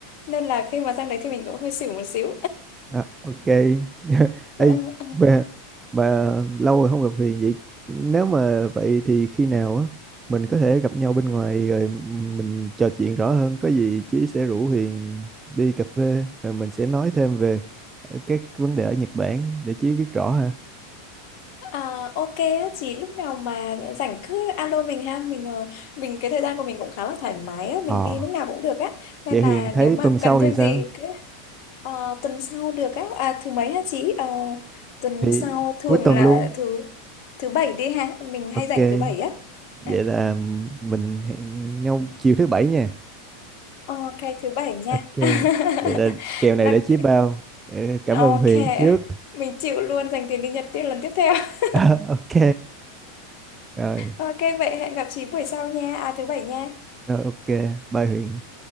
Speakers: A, on the left; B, on the right.
A: nên là khi mà sang đấy thì mình cũng hơi xỉu một xíu
B: À, ok. <laughs> Ê,
A: <laughs>
B: bà, bà lâu rồi không gặp Huyền vậy. Nếu mà vậy thì khi nào á mình có thể gặp nhau bên ngoài rồi mình trò chuyện rõ hơn. Có gì Chí sẽ rủ Huyền đi cà phê rồi mình sẽ nói thêm về ờ, các vấn đề ở Nhật Bản để Chí biết rõ ha.
A: À, ok á, chỉ lúc nào mà rảnh cứ alo mình ha mình ờ, mình cái thời gian của mình cũng khá là thoải mái á
B: Ờ,
A: mình đi lúc nào cũng được á nên
B: vậy
A: là
B: Huyền thấy
A: nếu mà
B: tuần sau
A: cần thêm
B: thì sao?
A: gì cứ ờ, tuần sau được á à, thứ mấy hả chị Ờ, tuần
B: Thì
A: sau thường
B: cuối tuần
A: là
B: luôn.
A: thứ thứ bảy đi ha mình hay
B: Ok.
A: rảnh thứ bảy á
B: Vậy
A: à,
B: là mình hẹn nhau chiều thứ bảy nha.
A: ok thứ bảy nha
B: ok
A: <laughs>
B: vậy là kèo
A: Là-
B: này để chí bao Ờ, cảm
A: ok
B: ơn Huyền trước
A: mình chịu luôn dành tiền đi Nhật tiếp lần tiếp theo <laughs>
B: <laughs> ok rồi
A: ok vậy hẹn gặp chị buổi sau nha à thứ bảy nha
B: rồi ok bye Huyền